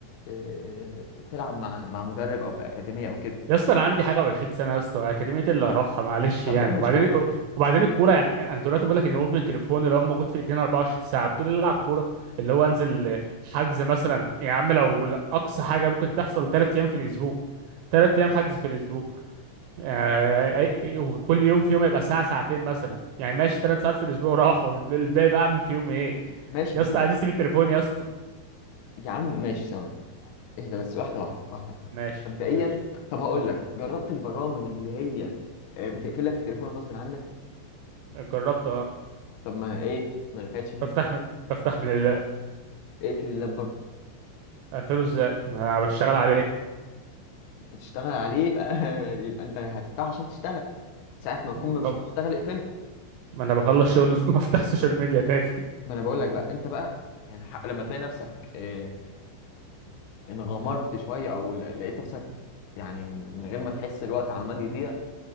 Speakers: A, on the left; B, on the right.
A: آه، تلعب مع مع مدرب او في اكاديميه او كده
B: يا اسطى انا عندي حاجه و20 سنه يا اسطى اكاديميه اللي هروحها معلش
A: طب
B: يعني
A: ايه المشكله
B: وبعدين وبعدين الكوره يعني انا دلوقتي بقول لك ان مدمن التليفون اللي هو موجود في ايدينا 24 ساعه بتقول لي العب كوره اللي هو انزل حجز مثلا يا عم لو لو اقصى حاجه ممكن تحصل ثلاث ايام في الاسبوع ثلاث ايام حجز في الاسبوع يعني أي- وكل يوم في يوم يبقى ساعة ساعتين مثلا يعني ماشي ثلاث ساعات في الأسبوع راحوا الباقي بقى أعمل فيهم إيه
A: ماشي
B: يا
A: مش
B: اسطى
A: انت-
B: عايز أسيب التليفون يا اسطى
A: يا عم ماشي ثواني اهدى بس واحدة واحدة واحدة واحدة
B: ماشي
A: مبدئيا
B: ماشي
A: طب هقول لك جربت البرامج اللي هي آه، بتقفل لك التليفون غصب عنك
B: جربت أه
A: طب ما ايه ما نفعتش ليه
B: بفتح بفتح من ال
A: اقفل اللاب برضه
B: أقفله إزاي ما أنا بشتغل عليه
A: بتشتغل عليه يبقى <laughs> يبقى انت هتفتحه عشان تشتغل ساعة ما تكون
B: ما
A: مش بتشتغل اقفله
B: أنا بخلص شغل <laughs> وأفتح السوشيال ميديا تاني
A: ما انا بقول لك بقى انت بقى يعني ح- لما تلاقي نفسك آه، انغمرت شويه او ل- لقيت نفسك يعني من غير ما تحس الوقت عمال يضيع